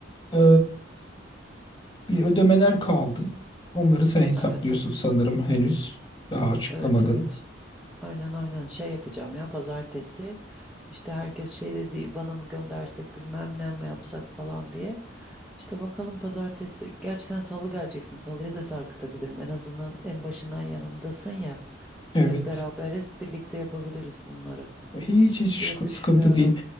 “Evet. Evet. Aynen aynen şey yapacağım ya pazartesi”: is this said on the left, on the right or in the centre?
Centre